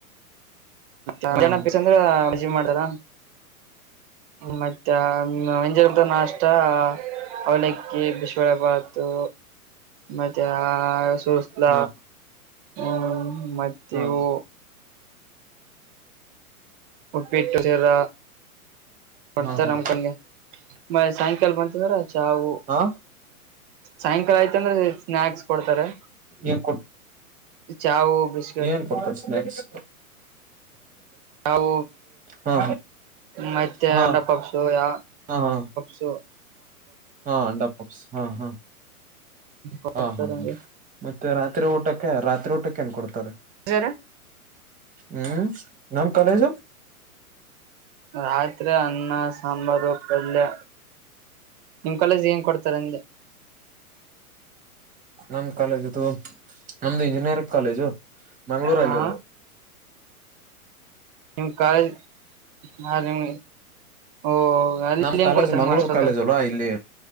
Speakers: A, on the right; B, on the right.
A: ಮಧ್ಯಾನ
B: ಹ
A: ಬೇಕಂದ್ರೆ ಸ್ಪೆಷಲ್ ಮಾಡ್ತರ ಮತ್ತೆ ಮಂಜಾಗದ ನಾಸ್ಟ ಅವಲಕ್ಕಿ ಬಿಸಿ ಬೆಳೆ ಬಾತು ಮತ್ತೆ ಆ ಸು ಲ್ಲ
B: ಹಾ
A: ಹ್ಮ್ ಮತ್ತೆ
B: ಹಾ
A: ಇವು ಉಪ್ಪಿಟ್ಟು ಸರ ಕೊಡ್ತಾರ
B: ಹಾ ಹಾ
A: ನಮಕೊಂಡಗೆ ಮ ಸಾಯಂಕಾಲ ಬಂತದ್ರ ಚಾವು
B: ಹಾ
A: ಸಾಯಂಕಾಲ ಆಯ್ತ ಅಂದ್ರೆ ಸ್ನಾಕ್ಸ್ ಕೊಡ್ತಾರೆ
B: ಏನ್ ಕೊಡ್
A: ಚಾವು ಬಿಸಿ
B: ಏನ್ ಕೊಡ್ತಾರೆ ಸ್ನಾಕ್ಸ್
A: <unintelligible> ಯಾವ
B: ಹಾ
A: ಮತ್ತೆ
B: ಹಾ
A: ಅಂಡ ಪಪ್ಸು ಯ
B: ಹಾ ಹಾ
A: ಸೊ
B: ಹಾ ಅಂಡಾ ಪಪ್ಸ್ ಹಾ ಹಾ
A: ಕೊಡ್ತಾರಂಗೆ
B: ಹಾ ಹಾ ಹಾ ಮತ್ತೆ ರಾತ್ರಿ ಊಟಕ್ಕೆ ರಾತ್ರಿ ಊಟಕ್ಕೆ ಏನ್ ಕೊಡ್ತಾರೆ
A: ಹರ
B: ಹ್ಮ್ ನಮ್ಮ ಕಲೇಜು
A: ರಾತ್ರಿ ಅನ್ನ ಸಾಂಬಾರು ಪಲ್ಯ ನಿಮ್ ಕಾಲೇಜ್ ಅಲ್ಲಿ ಏನ್ ಕೊಡ್ತಾರೆ ಅಂದೆ
B: ನಮ್ ಕಾಲೇಜ್ ಇದು ನಮ್ದು ಇಂಜಿನಿಯರಿಂಗ್ ಕಾಲೇಜು ಮಂಗಳೂರಲ್ಲಿ
A: ಹಾ
B: ಇರೋದು
A: ನಿಮ್ ಕಾಲೇಜ್ ಹಾ ನಿಮ್ಗೆ ಓ ಅಲ್ಲಿ
B: ನಮ್ ಕಾಲೇಜ್
A: ಏನ್ ಕೊಡ್ತಾರೆ
B: ಮಂಗಳೂರ್
A: ನಿಮ್ ಹಾಸ್ಟೆಲ್ದಾಗ
B: ಕಾಲೇಜ್ ಅಲ್ವಾ ಇಲ್ಲಿ